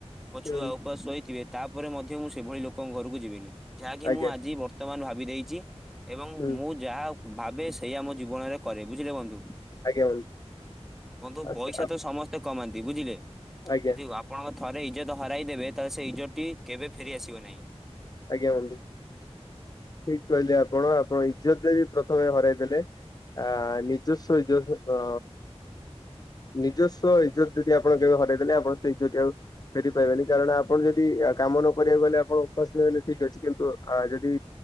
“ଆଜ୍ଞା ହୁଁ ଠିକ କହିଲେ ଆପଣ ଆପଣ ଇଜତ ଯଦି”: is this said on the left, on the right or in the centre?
Left